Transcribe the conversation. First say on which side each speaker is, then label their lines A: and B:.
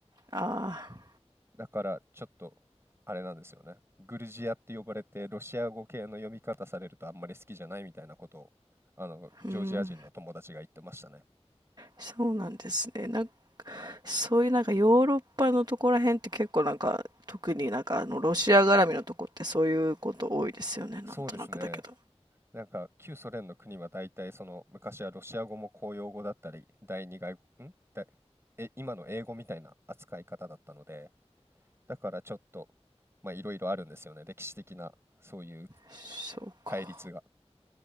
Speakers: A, on the right; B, on the right.
A: ああ、
B: だからちょっとあれなんですよね。グルジアって呼ばれて、ロシア語系の読み方されるとあんまり好きじゃないみたいなことを、あの、ジョージア人の友達が言ってましたね。
A: うん。そうなんですね。なんか、そういうなんかヨーロッパのとこら辺って結構なんか、特になんかあのロシア絡みのとこってそういうこと多いですよね。
B: そうですね。
A: なんとなくだけど。
B: なんか旧ソ連の国は大体その昔はロシア語も公用語だったり第二外国、んだえ、今の英語みたいな扱い方だったのでだからちょっと、まあ、いろいろあるんですよね。歴史的な、そういう
A: そうか。
B: 対立が。